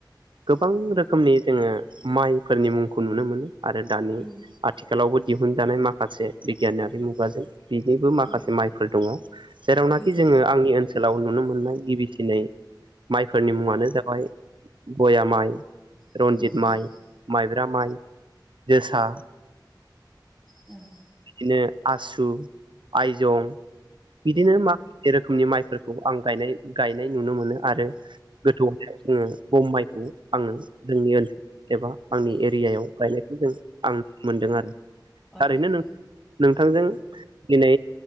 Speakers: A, on the right; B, in the centre.
A: गोबां रोखोमनि जोङो माइफोरनि मुंखौ नुनो मोनो। आरो दानि
B: उम
A: आथिखालावबो दिहुनजानाय माखासे बिगियानारि मुगाजों बिनिबो माखासे
B: उम
A: माइफोर दङ जेरावनाखि
B: उम
A: जोङो आंनि ओनसोलाव नुनो मोननाय गिबि थनै माइफोरनि मुङानो जाबाय बया माइ
B: सावरायनानै
A: रन्जित माइ माइब्रा माइ जोसा
B: औ
A: बिदिनो आसु आइजं बिदिनो माखा से रोखोमनि माइफोरखौ आं गायनाय गायनाय नुनो मोनो आरो गोथौ जोङो गम माइखौ आङो जोंनि ओनसोल एबा आंनि एरियायाव गायनाय खौ जों आं मोनदों आरो
B: औ
A: थारैनो
B: औ
A: नों नोंथांजों दिनै